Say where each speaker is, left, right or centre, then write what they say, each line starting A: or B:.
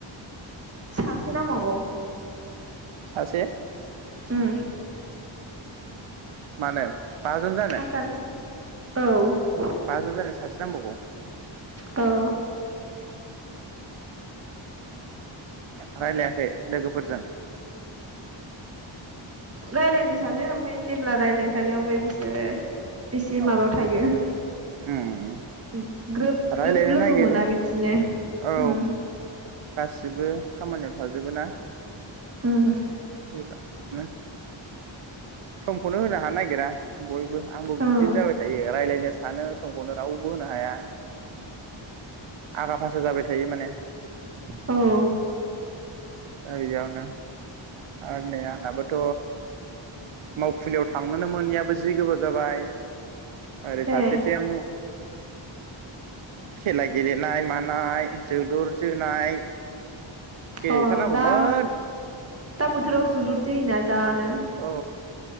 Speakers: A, on the right (about 30°); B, on the right (about 75°).
A: सासे नांबावगौ
B: सासे
A: ओम
B: मानो बाजन जानो
A: थासान औ
B: बाजोन जानो सासे नांबावगौ
A: औ
B: रायलायाखै लोगोफोरजों
A: रायलायनो सानो ओमफ्राय जेब्ला रायज्लायनो सानो ओमफ्राय बिसोरो एसे
B: औ
A: माबायाव थायो
B: <unintelligible>
A: उम। ग्रोब
B: रायलायनो
A: ग्रोब लोगो
B: नागिरो
A: मोना बिदिनो
B: औ
A: उम।
B: गासिबो खामानियाव थाजोबो ना।
A: उम
B: <unintelligible> समखौनो होनो हानो नागिरा। बयबो आंबो
A: उम
B: बिब्दिनो जाबाय थायो रायलायनो सानो समखौनो रावबो होनो हाया। आगा फासा जाबाय थायो माने। <inaudible>
A: उम औ
B: जायो इयावनो। आरो नै आंहाबोथ' मावखुलियाव थांनोनो मोनैयाबो जि गोबाव जाबाय। आरो
A: ए
B: फारसेथिं खेला गेलेनाय मा नाय जोलुर जोनाय गेले
A: अ
B: हैथारनांगौमोन।
A: दा दा बोथोराव जोलुर जोयोना जा नो।
B: औ